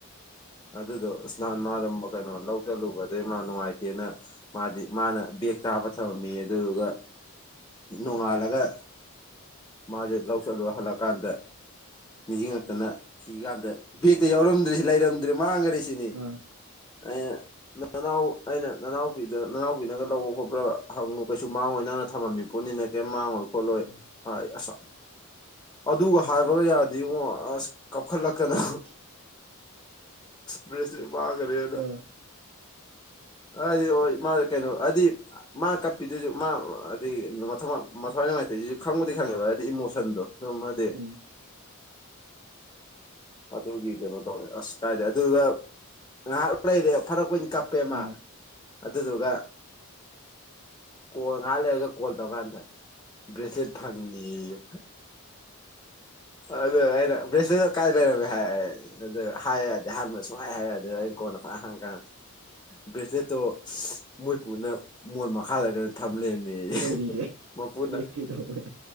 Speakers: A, on the left (about 15°); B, on the right (about 75°).
A: ꯑꯗꯨꯗꯣ ꯅꯍꯥꯟ ꯃꯥꯗꯣ ꯀꯩꯅꯣ ꯂꯧꯕ ꯆꯠꯂꯨꯕ ꯑꯗꯩ ꯃꯥ ꯅꯨꯡꯉꯥꯏꯇꯦꯅ ꯃꯥꯗꯤ ꯃꯥꯅ ꯕꯦꯛ ꯇꯥ ꯍꯥꯞꯄꯒ ꯊꯥꯅꯝꯃꯦꯌꯦ ꯑꯗꯨꯗꯨꯒ ꯅꯣꯡꯉꯥꯜꯂꯒ ꯃꯥꯁꯦ ꯂꯧ ꯆꯠꯂꯨꯔ ꯍꯜꯂꯛꯀꯥꯟꯗ ꯅꯤꯡꯁꯤꯡꯉꯛꯇꯅ ꯊꯤ ꯀꯥꯟꯗ ꯕꯦꯛꯇ ꯌꯥꯎꯔꯝꯗ꯭ꯔꯦ ꯂꯩꯔꯝ ꯗꯔꯦ ꯃꯥꯡꯒꯔꯦꯁꯤꯅꯤ
B: ꯑꯥ
A: ꯑꯩꯅ ꯅꯅꯥꯎ ꯑꯩꯅ ꯅꯅꯥꯎꯄꯤꯗ ꯅꯅꯥꯎꯄꯤꯅꯒ ꯂꯧꯕ ꯈꯣꯠꯄ꯭ꯔ ꯍꯪꯉꯨ ꯀꯩꯁꯨ ꯃꯥꯡꯉꯣꯏ ꯅꯪꯅ ꯊꯝꯃꯤꯕ ꯄꯣꯠꯅꯤꯅ ꯀꯦꯝ ꯃꯥꯥꯡꯉꯣꯏ ꯈꯣꯠꯂꯣꯏ
B: ꯎꯝ
A: ꯍꯥꯏ ꯑꯁ ꯑꯗꯨꯒ ꯍꯥꯏꯕꯒ ꯌꯥꯗꯦꯉꯣ ꯑꯁ ꯀꯞꯈꯠꯂꯛꯇꯅ
B: ꯑꯁ
A: ꯕ꯭ꯔꯦꯁꯂꯦꯠ ꯃꯥꯥꯡꯒ꯭ꯔꯦꯅ
B: ꯑꯥ <inaudible>
A: ꯍꯥꯏꯗꯤ ꯍꯣꯏ ꯃꯥ ꯀꯩꯅꯣ ꯍꯥꯏꯗꯤ ꯃꯥ ꯀꯞꯄꯤꯗꯨꯁꯨ ꯃꯥ ꯍꯥꯏꯗꯤ ꯃꯊꯋꯥꯏ ꯅꯨꯡꯉꯥꯏꯇꯕ ꯈꯪꯕꯨꯗꯤ ꯈꯪꯉꯦꯕ ꯍꯥꯏꯗꯤ ꯏꯃꯣꯁꯟꯗꯣ ꯁꯨꯝ ꯍꯥꯏꯗꯤ
B: ꯎꯝ
A: ꯑꯗꯨꯒꯤ ꯀꯩꯅꯣ ꯇꯧꯔꯦ ꯑꯁ ꯀꯥꯏꯗꯩ ꯑꯗꯨꯒ ꯉꯥꯏꯍꯥꯛ ꯂꯩꯔꯦ ꯐꯥꯅꯀꯨꯏꯅ ꯀꯞꯄꯦ
B: ꯑꯥ
A: ꯃꯥ ꯑꯗꯨꯗꯨꯒ ꯀꯣꯜ ꯉꯥꯏꯍꯥꯛ ꯂꯩꯔꯒ ꯀꯣꯜ ꯇꯧꯔꯀꯥꯟꯗ ꯕ꯭ꯔꯦꯖꯂꯦꯠ ꯐꯪꯉꯦꯌꯦ ꯑꯗꯨꯒ ꯑꯩꯅ ꯕ꯭ꯔꯦꯁꯂꯦꯠꯇꯣ ꯀꯥꯏ ꯂꯩꯔꯝꯃꯦ ꯍꯥꯏ ꯑꯗꯨꯒ ꯍꯥꯏꯌꯨ ꯌꯥꯗꯦ ꯑꯍꯥꯟꯕꯗ ꯍꯥꯏꯌꯨ ꯁꯨꯡꯌꯥ ꯌꯥꯗꯦ ꯑꯗꯩ ꯑꯩꯅ ꯀꯣꯟꯅ ꯐꯥꯖꯅ ꯍꯪꯉꯦ ꯕ꯭ꯔꯦꯁꯂꯦꯠꯇꯣ ꯃꯣꯏ ꯄꯨꯅ ꯃꯣꯟ ꯃꯈꯥꯗꯔ ꯀꯩꯅꯣ ꯊꯅꯝ ꯂꯩꯔꯝꯃꯦꯌꯦ
B: ꯀꯔꯤꯌꯦ
A: ꯃꯥꯄꯨꯅ
B: ꯀꯩꯗꯧꯕꯩ